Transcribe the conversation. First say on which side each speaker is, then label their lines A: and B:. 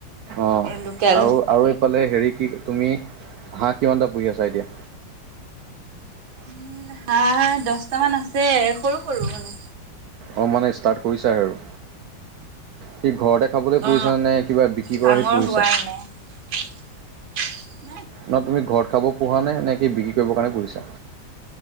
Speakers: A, on the right; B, on the right.
A: অ,
B: লোকেল
A: আৰু আৰু ফালে হেৰি কি তুমি হাঁহ কিমানটা পুহি আছা এতিয়া?
B: উম হাঁহ দচটামান আছে সৰু সৰু মানে।
A: অ মানে ষ্টাৰ্ট কৰিছা আৰু। সি ঘৰতে খাবলৈ
B: অ
A: পুহিছা নে, নে কিবা বিক্ৰী
B: ডাঙৰ
A: কৰাহে পুহিছা?
B: <inaudible> নাই
A: নহ তুমি ঘৰত খাব পোহা নে, নেকি বিক্ৰী কৰিব কাৰণে পুহিছা?